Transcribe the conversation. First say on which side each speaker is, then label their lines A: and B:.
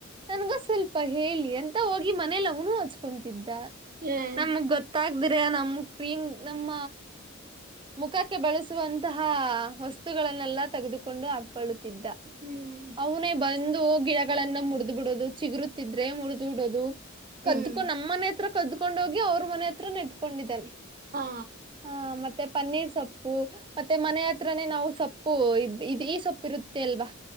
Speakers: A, on the right; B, on the right.
A: ನನ್ಗ ಸ್ವಲ್ಪ ಹೇಳಿ ಅಂತ ಹೋಗಿ ಮನೆಲ್ಲ ಅವನು ಹಚ್ಕೊತಿದ್ದ
B: ಹ್ಮ್
A: ನಮಗ್ ಗೊತ್ತ ಗತ್ತಾಗ್ದ್ರ ನಮ್ ಕ್ರೀಮ್ ನಮ್ಮ ಮುಖಕ್ಕೆ ಬಳಸುವಂತಹ ವಸ್ತುಗಳನ್ನೆಲ್ಲಾ ತೆಗೆದುಕೊಂಡು ಹಾಕ್ಕೊಳ್ಳುತ್ತಿದ್ದ
B: ಹ್ಮ್
A: ಅವನೇ ಬಂದು ಗಿಡಗಳನ್ನ ಮುರಿದ್ ಬಿಡೋದು ಚಿಗರುತಿದ್ರೆ ಮುರಿದ್ ಬಿಡೋದು
B: ಹ್ಮ್
A: ಕದ್ಕೊಂಡ್ ನಮ್ಮ್ ಮನೆ ಹತ್ರ ಕದ್ದ್ಕೊಂಡ್ ಹೋಗಿ ಅವ್ರ ಮನೆ ಹತ್ರ ನೆಟ್ಕೊಂಡಿದ್ದಾನೆ
B: ಹಾ
A: ಹ ಮತ್ತೆ ಪನ್ನೀರ್ ಸೊಪ್ಪು ಮತ್ತೆ ಮನೆ ಹತ್ರನೇ ನಾವು ಸೊಪ್ಪು ಇದ ಈ ಸೊಪ್ಪು ಇರುತ್ತೆ ಅಲ್ವಾ